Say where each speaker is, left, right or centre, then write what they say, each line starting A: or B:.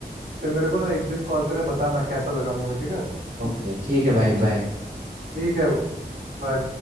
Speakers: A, on the right; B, on the right.
A: फिर मेरे को ना एक दिन कॉल करके बताना कैसा लगा मूवी ठीक है
B: ओके ठीक है भाई बाय
A: ठीक है भाई